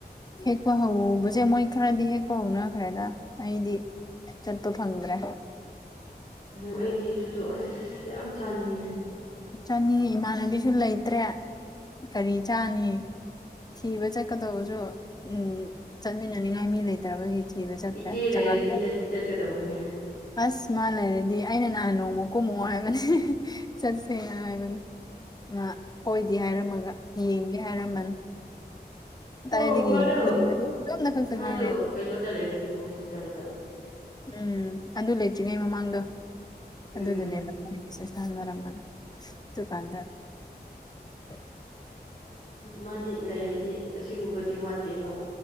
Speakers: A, on the left; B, on the left.
A: ꯍꯦꯛꯄ ꯍꯧꯕꯁꯦ ꯃꯣꯏ ꯈꯔꯗꯤ ꯍꯦꯛꯄ ꯍꯧꯅꯈ꯭ꯔꯦꯗ ꯑꯩꯗꯤ ꯆꯠꯄ ꯐꯪꯗ꯭ꯔꯦ
B: ꯅꯣ ꯑꯩꯗꯤ ꯑꯗꯨꯗꯣ ꯑꯁ ꯌꯥꯝ ꯆꯥꯅꯤꯡꯉꯦ
A: ꯆꯥꯅꯤ ꯏꯃꯥꯟꯅꯕꯤꯁꯨ ꯂꯩꯇ꯭ꯔꯦ ꯀꯔꯤ ꯆꯥꯅꯤ ꯊꯤꯕ ꯆꯠꯀꯗꯧꯕꯁꯨ ꯎꯝ ꯆꯠꯃꯤꯟꯅꯅꯤꯡꯉꯥꯏ ꯃꯤ ꯂꯩꯇꯕꯒꯤ ꯊꯤꯕ ꯆꯠꯇ꯭ꯔꯦ
B: ꯏꯆꯦ ꯂꯩꯔꯗꯤ
A: ꯆꯥꯗ꯭ꯔꯦ
B: ꯆꯠꯇꯤ ꯆꯠꯀꯗꯧꯕꯅꯦ
A: ꯑꯁ ꯃꯥ ꯂꯩꯔꯗꯤ ꯑꯩꯅ ꯅꯍꯥꯟ ꯅꯣꯡꯃ ꯀꯨꯝꯃꯑꯣ ꯍꯥꯏꯕꯅꯦ <unintelligible> ꯑꯩꯅ ꯍꯥꯏꯕꯅꯤ ꯃꯥ ꯍꯣꯏꯗꯤ ꯍꯥꯏꯔꯝꯃꯒ ꯌꯦꯡꯒꯦ ꯍꯥꯏꯔꯝꯕꯅꯦ
B: ꯑꯣ
A: ꯑꯥꯏꯗꯒꯤ
B: ꯃꯥꯗꯣ
A: ꯈꯨꯟꯗꯗꯤ ꯏꯇꯣꯝꯇ ꯈꯛꯇ
B: ꯃꯥꯗꯣ
A: ꯉꯥꯏꯔꯦ
B: ꯀꯩꯅꯣꯗ ꯂꯩꯕꯗꯨꯕꯨ ꯍꯣꯁꯄꯤꯇꯥꯜꯗ
A: ꯎꯝ ꯑꯗꯨ ꯂꯩꯇ꯭ꯔꯤꯉꯩ ꯃꯃꯥꯡꯗ ꯑꯗꯨꯗꯨꯅꯦꯕ
B: ꯎꯝ
A: ꯃꯦꯁꯦꯁ ꯊꯥꯅꯔꯝꯕꯅꯦ ꯑꯗꯨꯀꯥꯟꯗ <inaudible>
B: ꯃꯥꯗꯤ ꯂꯩꯔꯗꯤ ꯑꯁꯤꯒꯨꯝꯕꯗꯤ ꯋꯥꯠꯇꯦꯕ